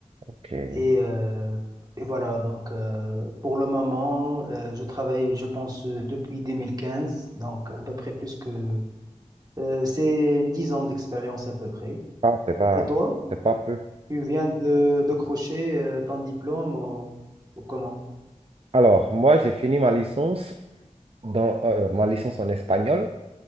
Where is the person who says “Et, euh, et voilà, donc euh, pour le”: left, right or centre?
Right